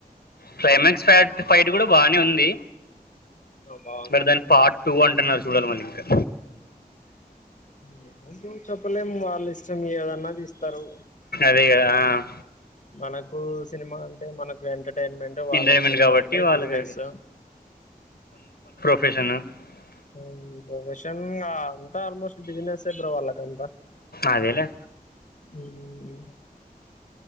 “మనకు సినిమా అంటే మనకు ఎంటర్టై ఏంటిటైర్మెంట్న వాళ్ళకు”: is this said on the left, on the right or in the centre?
Left